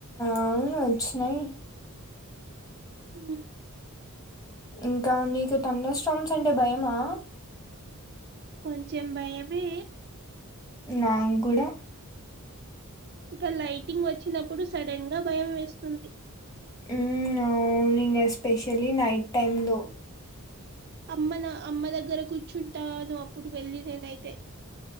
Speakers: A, on the left (about 15°); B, on the right (about 50°).
A: అవును వచ్చినయి
B: ఉ
A: ఇంకా నీకు తండర్ స్టామ్స్ అంటే భయమా
B: కొంచెం భయమే
A: నాగుడా
B: ఇక లైటింగ్ వచ్చినప్పుడు సడన్ గా భయం వేస్తుంది
A: ఉమ్ అవును ఇంగ ఎస్పెషల్లీ నైట్ టైమ్ లో
B: అమ్మ నా అమ్మ దగ్గర కూర్చుంటాను అప్పుడు వెళ్ళి నేనైతే